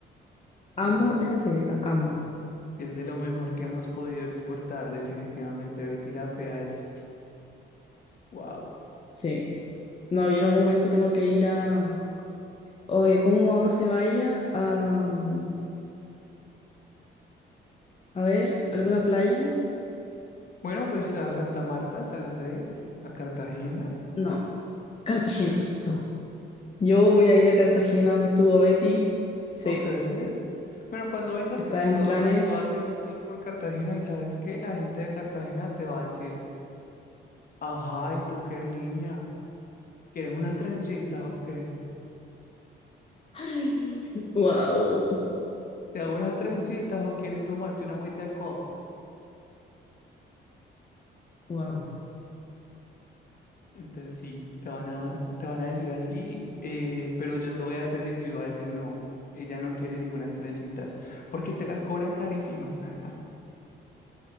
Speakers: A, on the left (about 30°); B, on the left (about 45°).
A: Amo
B: Este es
A: esa serie, la amo.
B: Es de lo mejor que hemos podido exportar, definitivamente. Betty la Fea es wow.
A: Sí. No, yo en algún momento tengo que ir a. Oye, ¿cómo no se va ella A, mm, a ver, ¿alguna playa?
B: Bueno, pues a Santa Marta, San Andrés, a Cartagena.
A: No, Cartagena, listo. Yo voy a ir a Cartagena donde estuvo Betty. Sí,
B: Ok. Bueno, cuando vengas
A: está
B: te puedo,
A: en mis planes.
B: te puedo hacer un tour por Cartagena y sabes qué la gente de Cartagena te va a decir, ajá, ¿y tú qué niña? ¿Quieres unas trencitas o qué?
A: Ay, wow.
B: ¿Te hago unas trencitas o quieres tomarte una agüita de coco?
A: Wow.
B: Entonces sí, te van a, te van a decir así, eh, pero yo te voy a defender y yo voy a decir no, ella no quiere ninguna trencitas, porque te las cobran carísimas además.